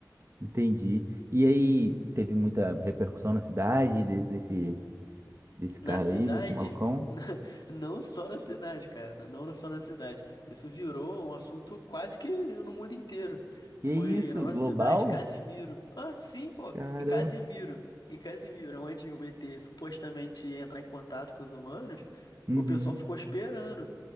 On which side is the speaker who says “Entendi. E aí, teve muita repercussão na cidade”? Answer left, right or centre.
Right